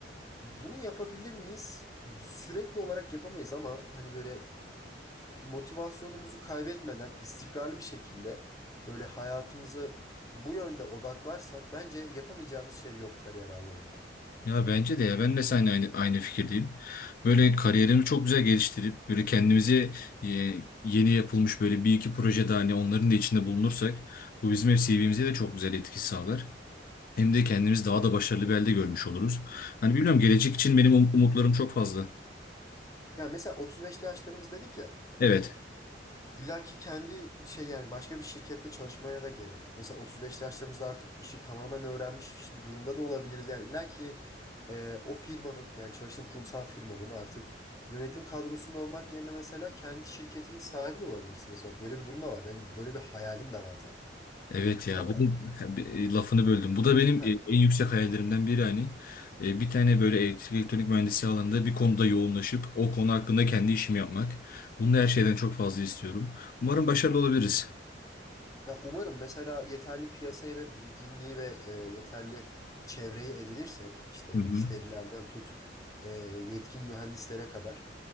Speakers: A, on the left; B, on the left.
A: bunu yapabilir miyiz? Sürekli olarak yapamayız ama hani böyle motivasyonumuzu kaybetmeden istikrarlı bir şekilde böyle hayatımızı bu yönde odaklarsak bence yapamayacağımız şey yok kariyer anlamında.
B: Ya bence de ya ben de seninle aynı, aynı fikirdeyim. Böyle kariyerimi çok güzel geliştirip böyle kendimize e, yeni yapılmış böyle bir iki projede hani onların da içinde bulunursak bu bizim hep CV'mize de çok güzel etki sağlar. Hem de kendimiz daha da başarılı bir halde görmüş oluruz. Hani bilmiyorum gelecek için benim um- umutlarım çok fazla.
A: Yani mesela 35'li yaşlarımız dedik ya.
B: Evet.
A: İlla ki kendi şey yani başka bir şirkette çalışmaya da gerek yok. Mesela 35'li yaşlarımızda artık işi tamamen öğrenmiş bir durumda da olabiliriz. Yani illa ki e, o firmanın yani çalıştığım kurumsal firmanın artık yönetim kadrosunda olmak yerine mesela kendi şirketinin sahibi de olabilirsin. Mesela bak böyle bir durum da var. Benim böyle bir hayalim de var zaten.
B: Evet ya
A: Ama
B: bunun e, lafını böldüm. Bu da benim
A: Heh.
B: e, en yüksek hayallerimden biri hani. E, Bir tane böyle elektrik elektronik mühendisliği alanında bir konuda yoğunlaşıp o konu hakkında kendi işimi yapmak. Bunu da her şeyden çok fazla istiyorum. Umarım başarılı olabiliriz.
A: Ya umarım mesela yeterli piyasayı ve bilginliği ve e, yeterli çevreyi edinirsek işte
B: Hı hı.
A: müşterilerden tut e, yetkin mühendislere kadar.